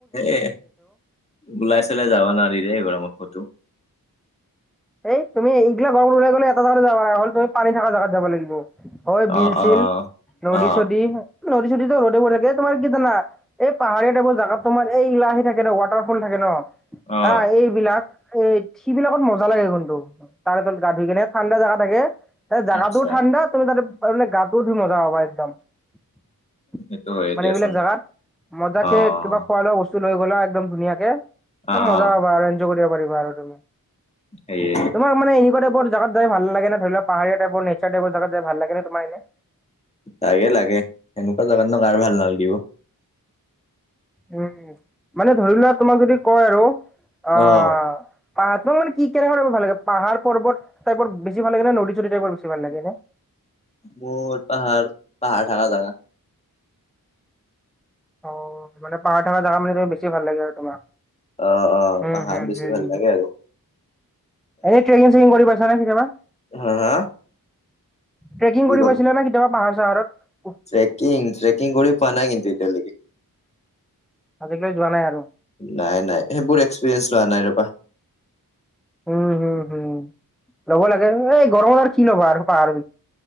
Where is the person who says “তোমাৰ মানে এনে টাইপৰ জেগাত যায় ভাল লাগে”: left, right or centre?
Centre